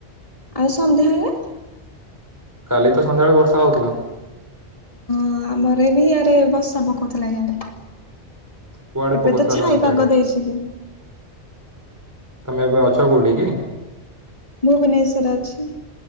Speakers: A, on the left; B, on the right.
A: ଆଉ ସନ୍ଧ୍ୟାଳେ?
B: କାଲି ତ ସନ୍ଧ୍ୟାବେଳେ ବର୍ଷା ହଉଥିଲା।
A: ଅଁ ଆମର ଏବି ଇଆରେ ବଷା ପକଉଥିଲା ଇଆଡେ।
B: କୁଆଡେ
A: ଏବେ
B: ପକଉଥିଲା
A: ତ ଛାଇଁ
B: ତମ ସିଆଡେ
A: ପାଗ ଦେଇଛିନି।
B: ତମେ ଏବେ ଅଛ କୋଉଠି କି?
A: ଭୁବନେଶ୍ୱର ଅଛି।